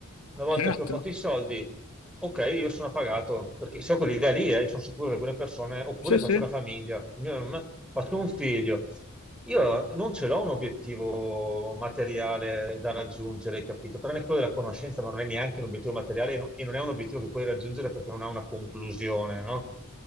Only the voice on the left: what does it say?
Certo,
sì, sì.